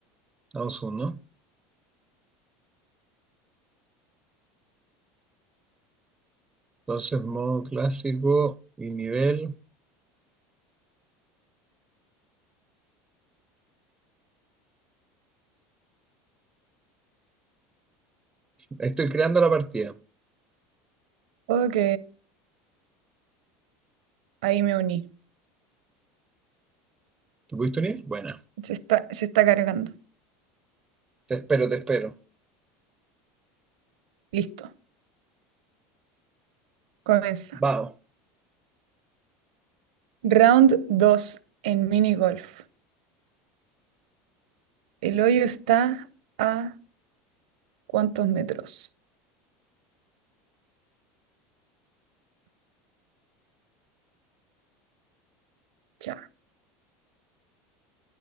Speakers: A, on the right; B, on the right.
A: Vamos uno. Entonces, modo clásico y nivel. Ahí Estoy creando la partida.
B: Ok, ahí me uní.
A: ¿Te pudiste unir? Buena.
B: Se está, se está cargando.
A: Te espero, te espero.
B: Listo, comienza.
A: Vamos.
B: Round 2 en mini golf. El hoyo está a ¿cuántos metros? Ya,